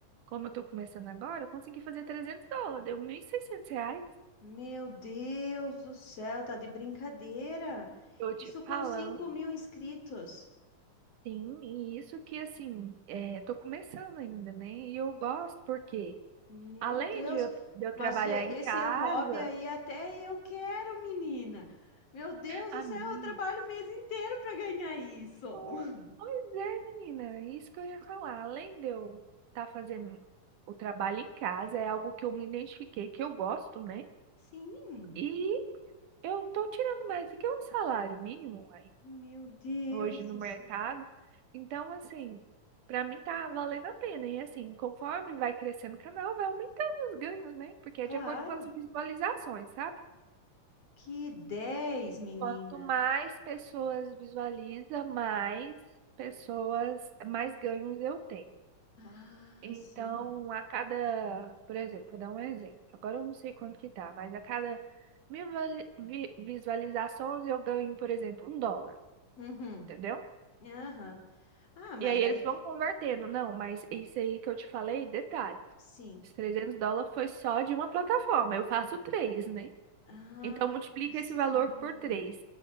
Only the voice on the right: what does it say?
como eu tô começando agora, eu consegui fazer 300 dólares, deu 1.600 reais.
Eu
te
falando.
Sim, e isso que assim, é, tô começando ainda, né? E eu gosto porque,
além
de eu, de eu trabalhar
em
casa,
a
mim,
nossa, pois é, menina, isso que eu ia falar. Além de eu estar fazendo o trabalho em casa, é algo que eu me identifiquei, que eu gosto, né?
E eu tô tirando mais do que um salário mínimo.
hoje no
mercado.
Então, assim, para mim tá valendo a pena. E assim, conforme vai crescendo o canal, vai aumentando os ganhos, né? Porque é
de acordo com as visualizações, sabe?
Quanto mais pessoas visualiza, mais pessoas, mais ganhos eu tenho.
Então,
a cada, por exemplo, vou dar um exemplo. Agora eu não sei quanto que tá, mas a cada mil vali- vi- visualizações eu ganho, por exemplo, um dólar,
entendeu?
E aí
eles vão convertendo. Não, mas isso aí que eu te falei, detalhe.
Os 300 dólares foi só de uma plataforma. Eu faço três, né?
Então multiplica
esse valor por três.